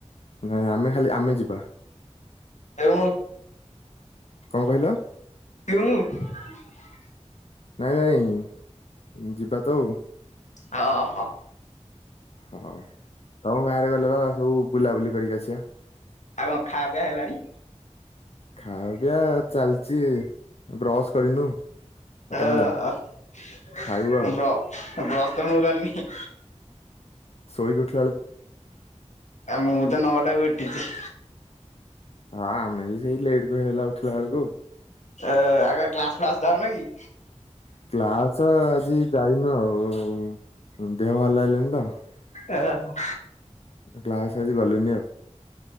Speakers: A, on the left; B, on the left.
A: ନାଇଁ ଆମେ ଖାଲି ଆମେ ଯିବା।
B: ଏଁ କୁ
A: କଣ କହିଲ।
B: କ୍ୟୁଁ।
A: ନାଇଁ ନାଇଁ ଯିବା ତ ଆଉ।
B: ଅ ହୋ।
A: ହଉ ତମ ଗାଁରେ ଗଲେ ବା ସବୁ ବୁଲାବୁଲି। କରିିକି ଆଶିଆ।
B: ଆଉ କଣ ଖା ପିଆ ହେଲାଣି?
A: ଖାଇଆ ପିଇଆ ଚାଲଚି ବ୍ରସ୍ କରିନୁ।
B: ଆ
A: ତମେ ଯା
B: ଆ ବ୍ର
A: ଖାଇବୁ ଆଉ
B: ବ୍ରସ୍ ତ ମୁଁ କରିନି।
A: ଶୋଇକି ଉଠ-
B: ଆ ମୁଁ ତ ନଅଟା ବି ଉ ଠିଛି।
A: ହଁ ଆମେ ବି। ସେଇ ଲେଟ ବି ହେଲା ଗଲା ଉଠିଲା ବେଳକୁ।
B: ଆ ଆଗ କ୍ଲାସ ଫ୍ଲାସ ଯାଉନ କି?
A: କ୍ଲାସ ଆଜି ଯାଇନୁ ଆଉ। ଦେହ ଭଲ ଲାଗିଲାନି ତ।
B: ଏ ଆ ହ।।
A: କ୍ଲାସ ଆଜି ଗଲିନି ଆଉ।